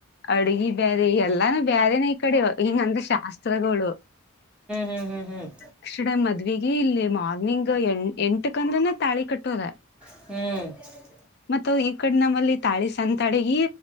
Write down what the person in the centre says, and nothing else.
ಹ್ಮ್ ಹ್ಮ್ ಹ್ಮ್
ಹ್ಮ್